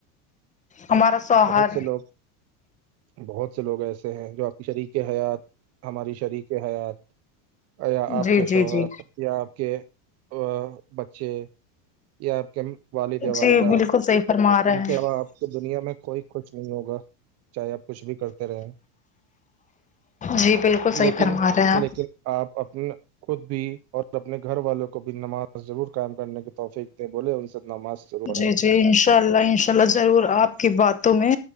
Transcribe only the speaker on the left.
ہمارا شوہر
جی
جی
جی
جی
بالکل صحیح فرما رہے
ہیں
جی بالکل صحی
فرما رہے ہیں آپ
جی جی انشاء اللہ انشاء اللہ ضرور آپ کی باتوں میں